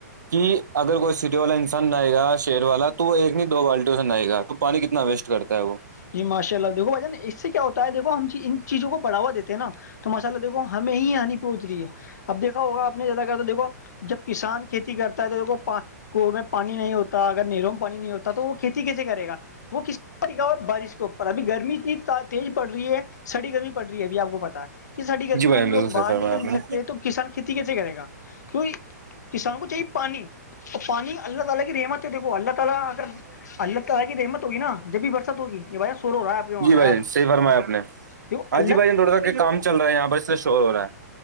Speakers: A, on the right; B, on the left.
A: کہ اگر کوئی سٹی والا انسان نہئے گا شہر والا تو وہ ایک نہیں دو بالٹیوں سے ن نہئے گا تو پانی کتنا ویسٹ کرتا ہے وہ
B: جی ماشاء اللہ دھو بھ جا اس سے کیا ہوتا ہےیکھ ہم ان چیزوں کو بڑاو دیتے نا تو ماشاء اللہ دیکھو ہمیں ہی ہانی پہنچ رہی ہے اب دیکھا ہوگا آپ نے زیادہ کر دیکھو جب کسان کھیتی کرتا ہے تو دیک میں پانی نہیں ہوتا اگر نیروم پانی نہیں ہوتا تو وہ کھیتی کیسے کرےا وہ کس طریق کا بارش ابھی گرمی اتنی تیز پڑ رہی ہے سڑی گرمی پڑ رہی ہے ابھی آ کو پتا ہے ساریی گرمی
A: جی بھائی
B: ہم
A: جان بالکل
B: لوگ
A: صحیح
B: باہر
A: فرمایا
B: نکل
A: آپ
B: نہیں
A: نے
B: سکتے ہیں تو کسان کھیتی کیسے کرے گا کی کسانوں کو چاہیے پانی تو پانی اللہ تعالی کی رحمت ہے دیکھو اللہ تعالی اگر اللہ تعالی کی رحمت ہوگیا جب بھی برس ہوگی یہ بھائی سور ہو رہا ہے آپ کے وہاں
A: جی بھائی
B: یار
A: جان صحیح فرمایا آپ نے
B: دیکھو
A: ہاں
B: اللہ
A: جی بھائی تھوڑاک کے کام چل رہا ہیں یہاں بس سے شور رہا ہے